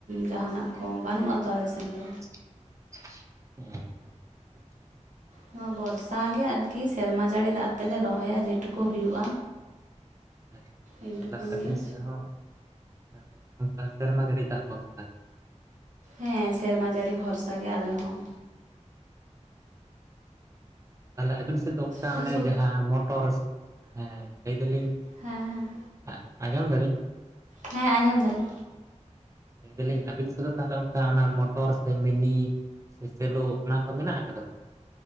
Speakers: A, on the right (about 80°); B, on the right (about 25°).
A: ᱡᱟᱦᱟᱱᱟᱜ ᱠᱚ ᱵᱟᱹᱱᱩᱜ ᱟ ᱛᱚ ᱟᱞᱮᱥᱮᱱ ᱫᱚ
B: <unintelligible>
A: ᱱᱚᱣᱟ ᱵᱚᱨᱥᱟ ᱜᱮ ᱟᱨᱠᱤ ᱥᱮᱨᱢᱟ ᱡᱟᱹᱲᱤ ᱫᱟᱜ ᱛᱮᱞᱮ ᱨᱚᱦᱚᱭᱟ ᱡᱮᱴᱩᱠᱩ ᱦᱩᱭᱩᱜᱼᱟ᱾
B: ᱟᱪᱪᱷᱟ ᱟᱪᱪᱷᱟ
A: ᱤᱱ
B: ᱾ᱛᱟᱦᱳᱞᱮ
A: ᱴᱩᱠᱩᱱ
B: ᱟᱵᱮᱱ
A: ᱜᱮ
B: ᱥᱮ ᱦᱚ, ᱟᱵᱮᱱ ᱥᱮ ᱦᱚ ᱴᱨᱮᱠᱴᱟᱨ ᱜᱟᱹᱰᱤ ᱨᱮᱭᱟᱜ ᱫᱟᱜ ᱵᱷᱚᱨᱥᱟ ᱟᱠᱟᱱᱟ ᱾
A: ᱦᱮᱸ ᱥᱮᱨᱢᱟ ᱡᱟᱹᱲᱤ ᱵᱷᱚᱨᱥᱟ ᱜᱮ ᱟᱞᱮ ᱦᱚᱸ
B: ᱟᱪᱪᱷᱟ <inaudible> ᱟᱹᱵᱤᱱ ᱥᱮᱫ ᱫᱚ ᱚᱱᱠᱟ
A: ᱛᱟᱦᱞᱮ
B: ᱚᱱᱮ
A: ᱥᱚᱵ
B: ᱡᱟᱦᱟᱸ ᱢᱚᱴᱚᱨ ᱥᱮ ᱦᱮᱸ ᱞᱟᱹᱭ ᱫᱟᱞᱤᱧ
A: ᱦᱮᱸ ᱦᱮᱸ
B: ᱟᱜ ᱟᱸᱡᱚᱢ ᱫᱟᱵᱤᱱ
A: ᱦᱮᱸ ᱟᱸᱡᱚᱢ ᱫᱟᱞᱤᱧ
B: ᱞᱟᱹᱭ ᱫᱟᱞᱤᱧ ᱟᱯᱮ ᱥᱮᱱ ᱫᱚ ᱛᱟᱦᱚᱞᱮ ᱚᱱᱠᱟ ᱢᱚᱴᱚᱨ ᱥᱮ ᱢᱤᱱᱤ ᱥᱮᱞᱳ ᱚᱱᱟ ᱠᱚ ᱢᱮᱱᱟᱜ ᱟᱠᱟᱫᱟ ᱥᱮ ᱵᱟᱝ?